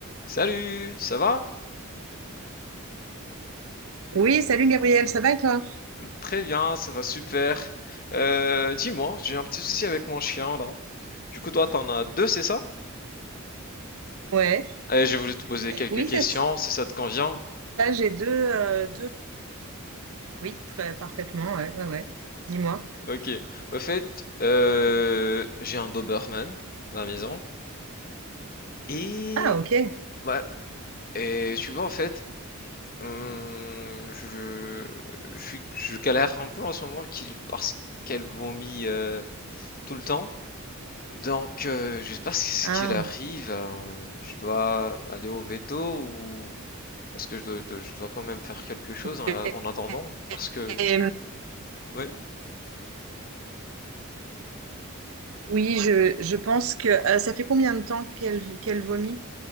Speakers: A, on the left; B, on the right.
A: Salut, ça va?
B: Oui, salut Gabriel, ça va et toi?
A: Très bien, ça va super. Euh, dis-moi, j'ai un petit souci avec mon chien là. Du coup, toi, t'en as deux, c'est ça?
B: Ouais,
A: Allez, j'ai voulu te poser quelques
B: oui,
A: questions,
B: c'est
A: si ça te convient.
B: ça, j'ai deux, euh, deux, oui, très parfaitement, ouais, ouais, ouais. Dis-moi.
A: Ok. Au fait, euh, j'ai un Doberman à la maison. Et
B: Ah, ok.
A: ouais, et tu vois en fait, hum, je, je suis- je galère un peu en ce moment qu'il- parce qu'elle vomit euh, tout le temps. Donc, euh, je sais pas ce
B: Ah.
A: qu'il arrive. euh, je dois aller au veto ou est-ce que je dois, je dois je dois quand même faire quelque chose en,
B: Et,
A: en attendant? Parce que
B: et-
A: oui.
B: oui, je, je pense que euh, ça fait combien de temps qu'elle qu'elle vomit?